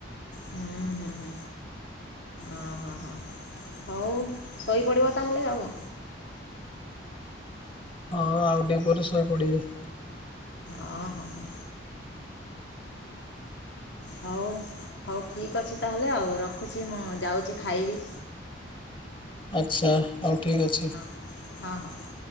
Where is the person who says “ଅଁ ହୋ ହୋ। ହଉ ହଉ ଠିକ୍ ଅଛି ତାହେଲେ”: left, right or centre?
Left